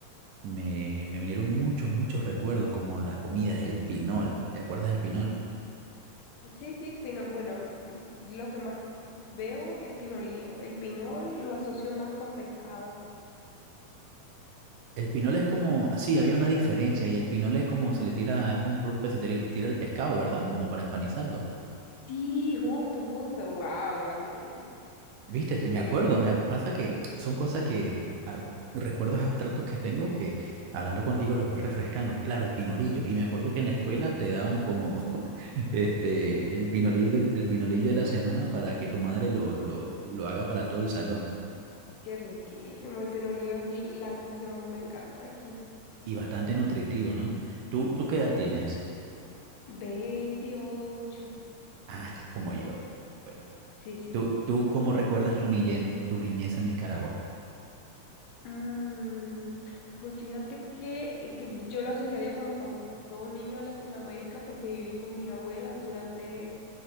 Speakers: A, on the right (about 70°); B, on the left (about 85°).
A: me, me vinieron muchos, muchos recuerdos, como las comidas, el pinol. ¿Te acuerdas del pinol?
B: Sí, sí, pino, bueno, bu- lo que más veo es pinolío. El pinol lo asocio más con pescado.
A: El pinole es como, ah, sí, había una diferencia y el pinole es como se le tira, es como un poco que se le tira el pescado, ¿verdad? Como para empanizarlo.
B: Sí, justo, justo. Wow, Randy. <laughs>
A: Viste, Te-
B: Sí.
A: me acuerdo, me ac- pasa que son cosas que, ah, recuerdos abstractos que tengo que hablando contigo los voy refrescando. Claro, el pinolillo. Y me acuerdo que en la escuela te daban como, <laughs> este, el pinolillo, el pinolillo de la semana para que tu madre lo, lo, lo haga para todo el salón.
B: Qué riquísimo. El pinolillo es la cosa que más me encanta aquí.
A: Y bastante nutritivo, ¿no? ¿Tú, tú qué edad tienes?
B: veintiocho
A: Ah, estás como yo. Bueno,
B: Sí, sí,
A: ¿Tú,
B: sí.
A: tú cómo recuerdas tu niñez, tu niñez en Nicaragua?
B: Mm, pues fíjate que, que yo lo asociaría como con todo un niño de Latinoamérica porque viví con mi abuela durante